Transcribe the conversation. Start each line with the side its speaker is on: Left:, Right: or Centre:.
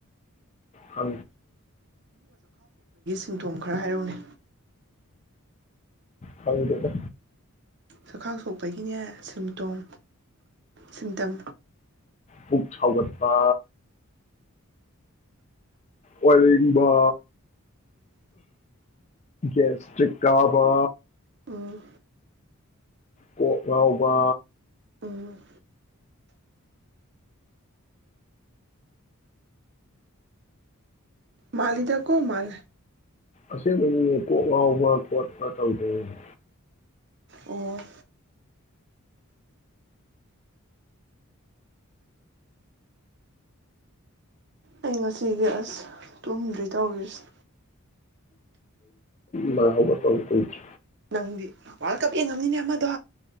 Left: ꯍ
Right: ꯆꯤꯡꯊꯣꯝ ꯈꯔ ꯍꯥꯏꯔꯧꯅꯤ
Left: ꯀꯥꯎꯗꯦꯗ
Right: ꯁꯛꯈꯥꯡ ꯁꯣꯛ ꯑꯩꯒꯤꯅꯦ ꯁꯤꯝꯇꯣꯝ ꯁꯤꯟꯇꯝ
Left: ꯈ ꯁꯒꯠꯄ ꯋꯥꯕ ꯦꯁꯇ꯭ꯔꯤꯛ ꯀꯥꯕ
Right: ꯎꯝ
Left: ꯀꯣꯛ ꯉꯥꯎꯕ
Right: ꯎꯝ ꯃꯥꯜꯗꯀ ꯃꯥꯜ
Left: ꯑꯁꯦꯡꯕꯅꯤꯅꯦ ꯀꯣꯛ ꯉꯥꯎꯕ꯭ꯔꯥ ꯈꯣꯠꯄ꯭ꯔ ꯇꯧꯗꯩꯅꯦ
Right: ꯑꯣ ꯑꯩ ꯉꯁꯤ ꯒ꯭ ꯑꯁ ꯇꯨꯝꯗ꯭ꯔꯤ ꯇꯧꯔꯤꯁ
Left: ꯃꯥ ꯍꯕꯄꯕꯨ ꯀꯁꯤ
Right: ꯅꯪꯗꯤ ꯋꯥꯔꯜ ꯀꯞ ꯌꯦꯡꯉꯝꯅꯤꯅꯦ ꯑꯃꯗꯣ